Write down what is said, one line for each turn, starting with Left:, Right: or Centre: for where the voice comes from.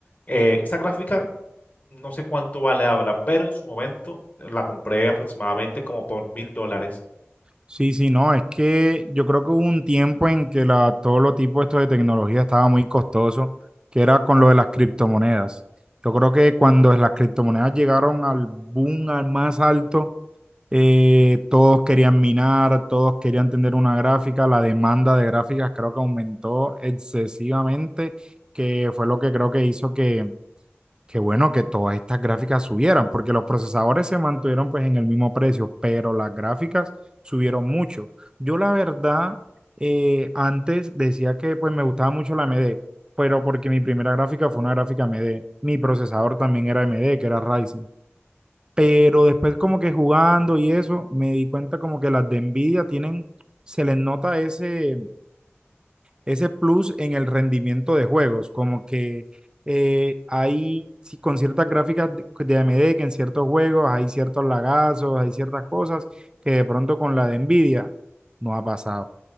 Left: Eh, esa gráfica no sé cuánto vale ahora, pero en su momento la compré aproximadamente como por mil dólares.
Right: Sí, sí, no, es que yo creo que hubo un tiempo en que la, todos los tipos estos de tecnología estaba muy costoso, que era con lo de las criptomonedas. Yo creo que cuando las criptomonedas llegaron al boom, al más alto, eh, todos querían minar, todos querían tener una gráfica, la demanda de gráficas creo que aumentó excesivamente, que fue lo que creo que hizo que Qué bueno que todas estas gráficas subieran, porque los procesadores se mantuvieron pues en el mismo precio, pero las gráficas subieron mucho. Yo la verdad, eh, antes decía que pues me gustaba mucho la A m d pero porque mi primera gráfica fue una gráfica A m d Mi procesador también era A m d que era Ryzen. Pero después como que jugando y eso, me di cuenta como que las de Nvidia tienen, se les nota ese ese plus en el rendimiento de juegos, como que eh, hay sí, con ciertas gráficas de, de AMD que en ciertos juegos hay ciertos lagazos, hay ciertas cosas que de pronto con la de Nvidia no ha pasado.